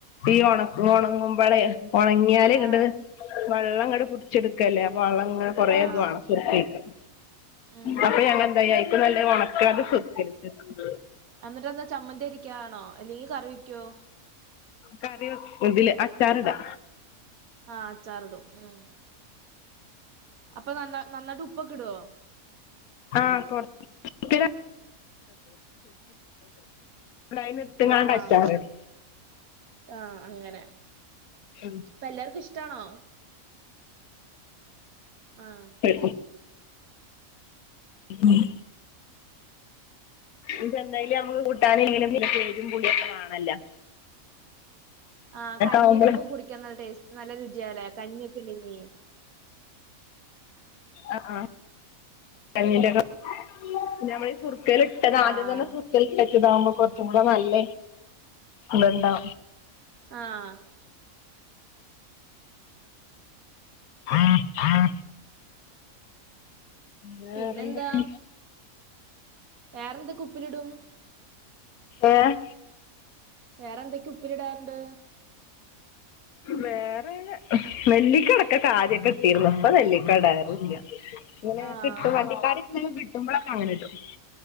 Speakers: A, on the left; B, on the right.
A: ഈ ഒണ ഒണങ്ങുമ്പളേ ഒണങ്ങിയാല് ഇങ്ങട്ട്
B: ആഹ്
A: വള്ളങ്ങട്ട് പുടിച്ചെടുക്കല്ലേ അപ്പം വള്ളങ്ങനെ കൊറേ
B: ആഹ്
A: ഇതൊവാ സുറുക്കൊയിക്കണം.
B: ഉം
A: അപ്പൊ ഞങ്ങളെന്തായിഏറ്റം നല്ലെ ഒണക്കാതെ <unintelligible>
B: അന്നിട്ടെന്താ ചമ്മന്തിയരിക്കാണോ അല്ലെങ്കി കറിവെക്കോ
A: കറി വെക്ക് ഇതില് അച്ചാറിടാ
B: ആഹ് അച്ചാറിടും ഹ്മ്മ്. അപ്പൊ നന്നാ നന്നായിട്ട് ഉപ്പൊക്കെ ഇടോ
A: ആഹ് <unintelligible> സുർക്കി <unintelligible> പിന്നെ അയിന്ന് ഇട്ത്ത്ക്കാണ്ട്
B: ആഹ്
A: അച്ചാറിടും.
B: ആഹ് അങ്ങനെ
A: ആഹ്
B: ഇപ്പല്ലാർക്കും ഇഷ്ട്ടാണോ ആഹ്
A: ശബ്ദം ക്ലിയർ അല്ല ഉം ഇഞ്ഞ് ഇപ്പെന്തായാലും ഞമ്മക്ക് കൂട്ടാനെ അയ്ന് <inaudible> എരിം പുളിയൊക്കെ വാണല്ലോ
B: ആഹ് കഞ്ഞീടൊപ്പം
A: ആവുമ്പള്
B: കുടി ക്ക്യാൻ നല്ല ടേസ്റ്റ് നല്ല രുചിയാലേ കഞ്ഞിയൊക്കെ ഇണ്ടെങ്ങി
A: ആഹ് കഞ്ഞീന്റെ <inaudible> പിന്നമ്മള് സുർക്കേല്‌ട്ടത്
B: ആഹ്
A: ആദ്യം തന്നെ സുർ ക്കേല്ട്ടച്ചതാവുമ്പോ കൊറച്ചും കൂടെ നല്ല ഇത്ണ്ടാ
B: ആഹ്
A: ഉം ഉം വേറെന്തൊക്കെ
B: പിന്നെന്താ വേറെന്തെക്കെ ഉപ്പിലിടും
A: ഏഹ്
B: വേറെന്തെക്കെ ഉപ്പിലിടാറ്ണ്ട്
A: വേറെ നെല്ലിക്കടക്കൊക്കെ ആദ്യക്കെട്ടീര്ന്നു ഇപ്പ നെല്ലിക്ക ഇടാറില്ല്യ ഇങ്ങനെ
B: ആഹ്
A: കിട്ടും വണ്ടിക്കാരര്ത്ത്ന്നൊക്കെ കിട്ടുമ്പളങ്ങനെടും.